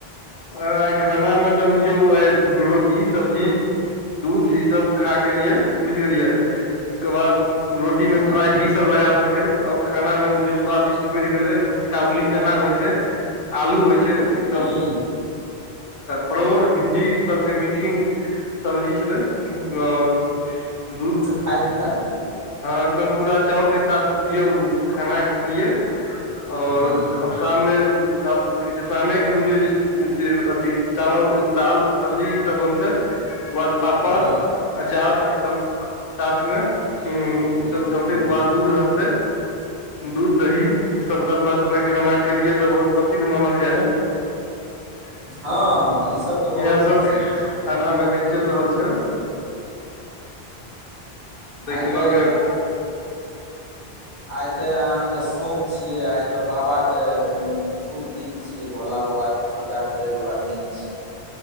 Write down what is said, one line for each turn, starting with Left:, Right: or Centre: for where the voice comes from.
Left: आ आइ खानामे तऽ बुझियौ आइ रोटी सब्जी दूध ई सब खा के लिए बुझि गेलिये ओहिके बाद रोटी मे
Right: हँ
Left: थोड़ा घी सब लगा देलकै और खाना मे जे स्वादिष्ट बढ़ि गेलै काबुली चना होइ छै आलू होइ छै ई सब
Right: हुँ
Left: परोड़ भिंडी ई सब के मिक्सिंग सब्जी छले आओर दूध
Right: खाइइतबियौ
Left: हँ एकदम पूरा चाव के साथ बुझियौ खाना खेलियए और
Right: हुँ
Left: शाम मे तब की छै शामे के बुझियौ जे से अथी चावल दाल सब्जी ई सब बनते ओाद पापड़
Right: हँ
Left: अचार ई सब साथ मे ह
Right: हुँ
Left: ई सब चलते
Right: हुँ
Left: ओकर बाद दूध रहतै दूध दही ई सब तऽ अपना सबके खाना के लिए तऽ बहुत प्रसिद्ध मानल जाय है <inaudible>
Right: हँ हँ ईसभ तऽ
Left: इएह
Right: बहुत प्रसिद्ध
Left: सब
Right: छै
Left: खाना मे एखन चलि रहल छै ताहिके
Right: आइ तऽ
Left: लऽ के
Right: आइ ते अहाँके सोम छियै आइ ते बाबाक के उ शुभ दिन छियै भोला बाबा के पूजा करे वाला दिन छियै